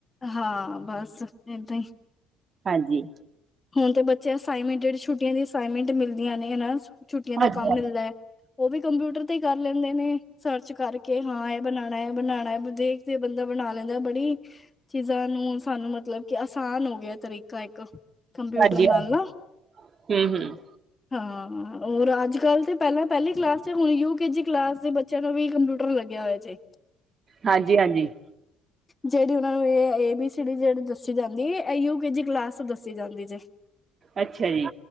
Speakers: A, on the left (about 25°); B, on the right (about 40°).
A: ਹਾਂ ਬਸ ਏਦਾਂ ਹੀ
B: ਹਾਂਜੀ
A: ਹੁਣ ਤੇ ਬੱਚੇ ਅਸਾਈਨਮੈਂਟ ਜਿਹ ਛੁਟੀਆਂ ਦੀ ਅਸਾਈਨਮੈਂਟ ਮਿਲਦੀਆਂ ਨੇ ਨਾ ਛੁੱਟੀਆਂ ਦਾ
B: ਹਾਂਜੀ,
A: ਕੰਮ ਮਿਲਦਾ ਐ ਉਹ ਵੀ ਕੰਪਿਊਟਰ ਤੇ ਕਰ ਲੈਂਦੇ ਨੇ ਸਰਚ ਕਰਕੇ ਹਾਂ ਬਣਾਉਣਾ ਹੈ ਬਣਾਉਣਾ ਦੇਖਦੇ ਬੰਦਾ ਬਣਾ ਲੈਂਦਾ ਬੜੀ ਚੀਜ਼ਾਂ ਨੂੰ ਸਾਨੂੰ ਮਤਲਬ ਕਿ ਆਸਾਨ ਹੋ ਗਿਆ ਤਰੀਕਾ ਇੱਕ ਕ ਕੰਪਊਟਰ
B: ਹਾਂਜੀ,
A: ਨਾਲ ਣਾ
B: ਹੂੰ, ਹੂੰ।
A: ਹਾਂ ਹੋਰ ਅੱਜ ਕੱਲ੍ਹ ਤੇ ਪਹਿਲਾਂ ਪਹਿਲੀ ਕਲਾਸ ਤੇ ਹੁਣ ਯੂਕੇ ਜੀ ਕਲਾਸ ਦੇ ਚਲੋ ਵੀ ਕੰਪਿਊਟਰ ਲੱਗਿਆ ਹੋਇਆ ਜੇ
B: ਹਾਂਜੀ-ਹਾਂਜੀ
A: ਜਿਹੜੀ ਉਹਨਾ ਨੂੰ ਇਹ ਏ ਬੀ ਸੀ ਜਿਹੜੀ ਦੱਸੀ ਜਾਂਦੀ ਐ ਯੂ ਕੇ ਜੀ ਕਲਾਸ ਦੱਸੀ ਜਾਂਦੀ ਜੇ
B: ਅੱਛਾ ਜੀ